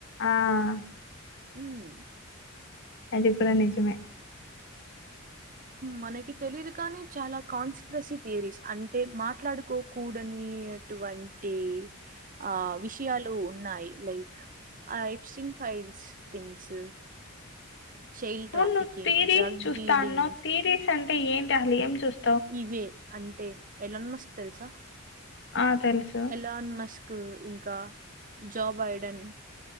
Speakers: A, on the left; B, on the right.
A: ఆ
B: ఉమ్
A: అది కూడా నిజ <unintelligible>
B: మనకి తెలిదు కానీ చాలా కాన్స్పిరసీ థియరీస్ అంటే మాట్లాడుకోకూడనేటువంటి ఆ విషయాలు ఉన్నాయి like Epstein files things child ట్రాఫికింగ్
A: ఉను త తీరిస్
B: డ్రగ్
A: చ
B: డీలింగ్
A: స్థాను తరిస్ అంటే ఏంటిాలి ఏం చూస్త
B: ఇవే అంటే ఎలాన్నాస్తు తెలుసా
A: ఆ తెలుసు
B: ఎలాన్ మస్క్ ఇంకా జో బైడెన్